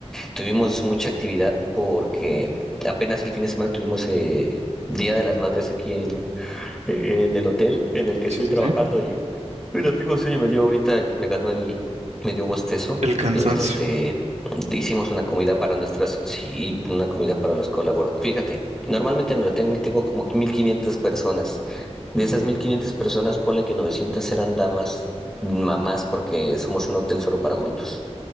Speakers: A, in the centre; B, on the right.
A: tuvimos mucha actividad porque apenas el fin de semana tuvimos eh, Día de las Madres aquí en, en el hotel en el que
B: Sí,
A: estoy
B: sí,
A: trabajando
B: sí.
A: y. Mira, tengo sueño, me dio ahorita, me ganó el, me dio bostezo.
B: El cansancio.
A: Este, hicimos una comida para nuestras, sí, una comida para los colaboradores. Fíjate, normalmente no la tengo, tengo como que 1500 personas. De esas mil quinientas personas, ponle que 900 eran damas, mamás, porque somos un hotel solo para adultos.